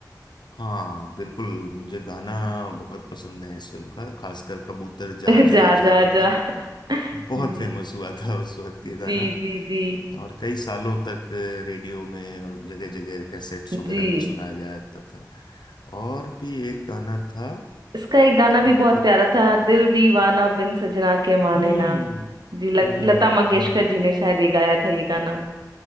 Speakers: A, on the left; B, on the right.
A: हाँ बिल्कुल मुझे गाना बहुत पसंद है इस फिल्म का खासकर कबूतर जा
B: <laughs>
A: जा
B: जा
A: जा
B: जा
A: जो कि
B: जा <laughs>
A: बहुत
B: जी
A: फेमस हुआ था उस वक्त ये गाना
B: जी जी जी
A: और कई सालों तक रेडियो में और जगह जगह कैसेट्स वगैरह
B: जी
A: में सुनाया जाता था और भी एक गाना था
B: इसका एक गाना भी
A: एक
B: बहुत प्यारा था दिल दीवाना बिन सजना के माने
A: हम्म
B: ना जी लक-
A: हम्म
B: लता मंगेशकर
A: हम्म
B: जी ने शायद ये गाया था ये गाना